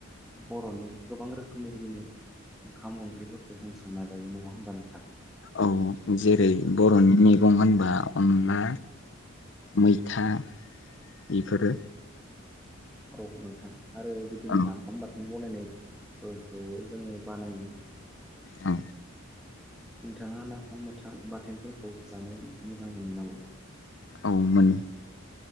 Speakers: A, in the centre; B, on the left.
A: बरनि गोबां रोखोमनि बिदिनो ओंखाम ओंख्रिफोरखौ जों संना जायो नङा होमबा नोंथां
B: औ जेरै
A: औ
B: बरनि मैगं होनबा अनला मैथा बेफोरो
A: औ नोंथां आरो बिदिनो
B: औ
A: नाफाम बाथ बनायनायफोरखौबो जोङो बानायो
B: औ
A: नोंथाङा नाफाम थाम बाथोनफोरखौ जानो मोजां मोनो नामा
B: औ मोनो